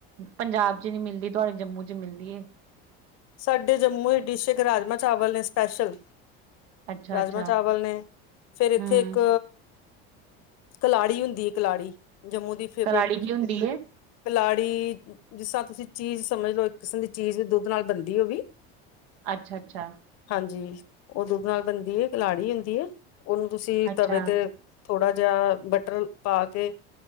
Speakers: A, on the right; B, on the left.
A: ਪੰਜਾਬ ਚ ਨਈ ਮਿਲਦੀ ਤੁਆਡੇ ਜੰਮੂ ਚ ਮਿਲਦੀ ਏ।
B: ਸਾਡੇ ਜੰਮੂ ਦੀ ਡਿਸ਼ ਇੱਕ ਰਾਜਮਾਂ ਚਾਵਲ ਨੇ ਸਪੈਸ਼ਲ
A: ਅੱਛਾ
B: ਰਾਜਮਾਂ-ਚਾਵਲ
A: ਅੱਛਾ
B: ਨੇ ਫੇਰ ਏਥੇ
A: ਹਮ
B: ਏਕ ਕਲਾੜੀ ਹੁੰਦੀ ਏ ਕਲਾੜੀ ਜੰਮੂ ਦੀ ਫੇਵਰਟ
A: ਕਲਾੜੀ ਕੀ ਹੁੰਦੀ ਏ
B: ਕਲਾੜੀ, ਜਿਸਰਾਂ ਤੁਸੀ ਚੀਜ ਸਮਝ ਲੋ ਇੱਕ ਕਿਸਮ ਦੀ ਚੀਜ ਦੁੱਧ ਨਾਲ ਬਨ ਦੀ ਓਵੀ
A: ਅੱਛਾ-ਅੱਛਾ।
B: ਹਾਂਜੀ ੳਹ ਦੁੱਧ ਨਾਲ ਬਨਦੀ ਏ, ਕਲਾੜੀ ਹੁੰਦੀ ਏ, ੳਨੂੰ ਤੁਸੀ
A: ਅੱਛਾ
B: ਤਵੇ ਤੇ ਥੋੜਾ ਜਿਹਾ ਬਟਰ ਪਾ ਕੇ